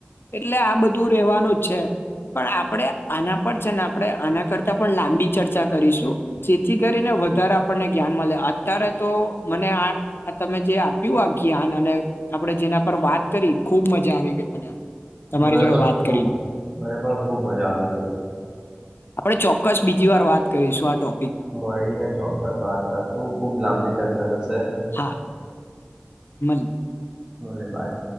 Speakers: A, on the left; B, on the right.
A: એટલે આ બધું રહેવાનું જ છે પણ આપણે આના પર છે ને આપણે આના કરતાં પણ લાંબી ચર્ચા કરીશું જેથી કરીને વધારે આપણને જ્ઞાન મળે અત્યારે તો મને આ તમે જે આપ્યું આ જ્ઞાન અને આપડણે જેના પર વાત કરી ખુબ મજા આવી ગઈ મને તમારી
B: મને
A: જોડે
B: પણ
A: વાત
B: ખૂબ
A: કરીને
B: મને પણ ખૂબ મજા આવી ગઈ
A: આપણે ચોક્કસ બીજી વાર વાત કરીશું આટો
B: મળીને ચોક્કસ વાત કરશું ખૂબ લાંબી ચર્ચા થશે
A: હા મળલ
B: ઓલે ભાઈ